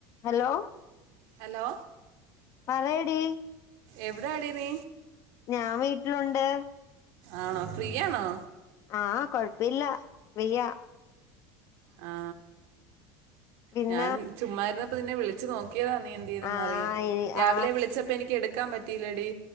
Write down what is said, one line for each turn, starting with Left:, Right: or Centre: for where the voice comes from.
Left: ഹലോ
Right: ഹലോ
Left: മലയടി
Right: എവിടാ അട ന
Left: ഞാൻ വീട്ടിലുണ്ട്
Right: ആണോ ഫീയാണോ
Left: ആഹ് കൊഴപ്പില്ല ഫ്രീയാ
Right: ആ
Left: പിന്നെ
Right: ഞൻ ചുമ് അപ്പ നിന്നെ വിളിച്ചു നോക്കിയതാ നീ എൻ്റെൽൊന്നറിയൻ
Left: ആ ഇ-
Right: രാവിലെ
Left: ആ
Right: വിളിച്ചപ്പോൾ എനിക്ക് എടുക്കാൻ പറ്റിയില്ല ടി